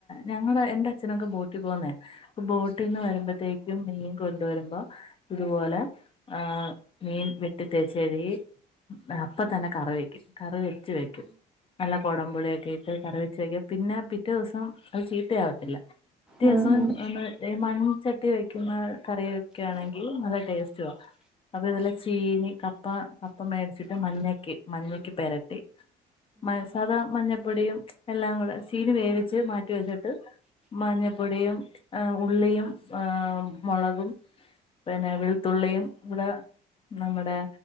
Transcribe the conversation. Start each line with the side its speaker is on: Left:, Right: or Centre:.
Left: ഞങ്ങളടെ എന്റെ അച്ഛനൊക്കെ ബോട്ടി പോകുന്നേയാ ബോട്ടിൽന്ന് വരുമ്പോത്തേക്കും മീൻ കൊണ്ടുവരുമ്പോ ഇതുപോലെ ആ മീൻ വെട്ടി തേച്ച്കഴുവി അപ്പ തന്നെ കറി വെക്കും കറി വെച്ച് വെക്കും നല്ല കുടംപൊളിയൊക്കെ ഇട്ട് കറി വെ വെക്കും പിന്നെ പിറ്റേ ദിവസം അത് ചീത്തയാവത്തില്ല പിറ്റേ
Centre: ഉം
Left: ദിവസം
Centre: ഉം ഉം ഉം
Left: ഒന്ന് തെ മൺചട്ടി വെക്കുന്ന കറിയൊക്കെ ആണെങ്കിൽ നല്ല ടേസ്റ്റുവാ അതുപോലെ ചീനി കപ്പ കപ്പ മേടിച്ചിട്ട് മഞ്ഞക്ക് മഞ്ഞക്ക് പെരട്ടി മ സാദാ മഞ്ഞപ്പൊടിയും എല്ലാം കൂടെ ചീനി വേവിച്ച് മാറ്റിവെച്ചിട്ട് മഞ്ഞപ്പൊടിയും ഉള്ളിയും മുളകും പിന്നെ വെളുത്തുള്ളിയും കുട നമ്മുടെ